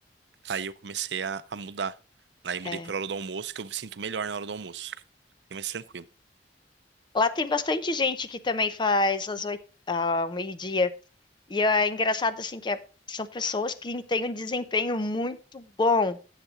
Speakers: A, on the right (about 75°); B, on the left (about 25°).
A: Aí eu comecei a, a mudar. Aí mudei
B: é.
A: pra hora do almoço, que eu me sinto melhor na hora do almoço. Fiquei mais tranquilo.
B: Lá tem bastante gente que também faz às oito, ao meio-dia. E é engraçado, assim, que é- são pessoas que têm um desempenho muito bom.